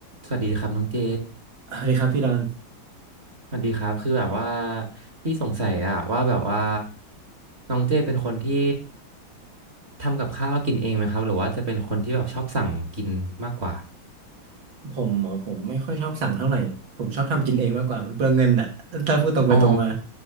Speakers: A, on the right; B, on the right.
A: สวัสดีครับน้องเจ
B: สวัสดีครับพี่ดอน
A: สวัสดีครับคือแบบว่าพี่สงสัยอะว่าแบบว่าน้องเจเป็นคนที่ทำกับข้าวกินเองไหมครับหรือว่าจะเป็นคนที่แบบชอบสั่งกินมากกว่า
B: ผมเหรอผมไม่ค่อยชอบสั่งเท่าไหร่ ผมชอบทำกินเองมากกว่ามันเปลืองเงินอ่ะถ้าพูดตรงไปตรงมา
A: อ๋อ